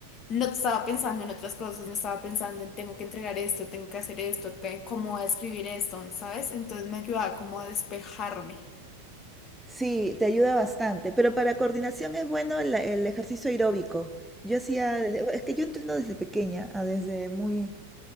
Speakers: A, on the left; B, in the centre.
A: no estaba pensando en otras cosas, no estaba pensando en tengo que entregar esto, tengo que hacer esto, te- cómo voy a escribir esto, ¿sabes? Entonces me ayudaba como a despejarme.
B: Sí, te ayuda bastante, pero para coordinación es bueno el, el ejercicio aeróbico. Yo hacía, desde- es que yo entreno desde pequeña, ah, desde muy,